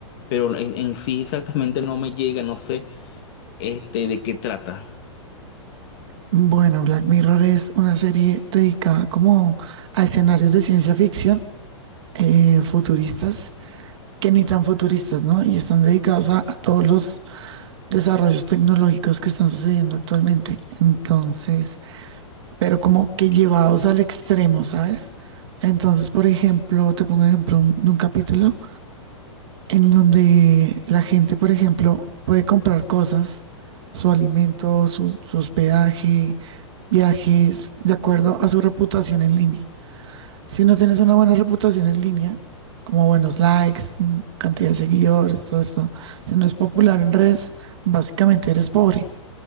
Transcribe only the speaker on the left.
pero en, en sí exactamente no me llega, no sé este, de qué trata.